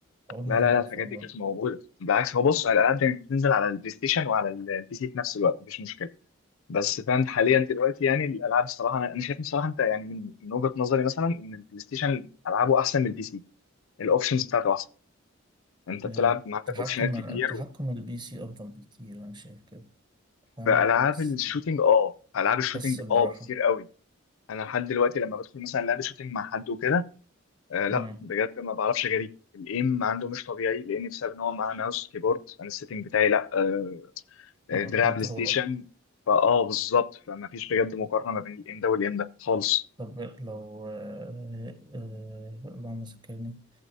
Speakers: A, on the right (about 20°); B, on the left (about 70°).
A: اول
B: لا
A: مره
B: لا
A: اعرف
B: لا الحاجات
A: والله
B: دي كانت موجوده بالعكس هو بص الالعاب دي بتنزل على البلاي ستيشن وعلى البي سي في نفس الوقت مفيش مشكله بس فاهم حاليا دلوقتي يعني الالعاب الصراحه انا أنا شايف بصراحه انت يعني من من وجهه نظري مثلا ان البلاي ستيشن العابه احسن من البي سي الاوبشنز بتاعته احسن انت بتلعب
A: آه،
B: عندك
A: التحكم
B: اوبشنات كتير
A: التحكم
B: و...
A: البي سي أفضل بكتير أنا شايف كده فاهم
B: فالعاب
A: تحس
B: الشوتينج اه العاب الشوتينج
A: تحس براحة
B: اه كتير قوي انا لحد دلوقتي لما بدخل مثلا لعبه شوتينج مع حد وكده آه لا
A: أمم،
B: بجد ما بعرفش اجري الايم عنده مش طبيعي لان بسبب ان هو معاه ماوس كيبورد انا السيتنج بتاعي لا آه آه،
A: لو
B: دراع
A: كنترولر
B: بلاي ستيشن فاه بالظبط فما فيش بجد مقارنه ما بين الايم ده والايم ده خالص
A: طب لو آه، آه، اللهم ذكرني